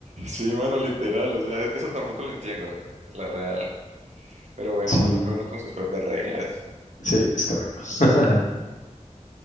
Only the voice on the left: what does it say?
Sí,
sí, es correcto. <laughs>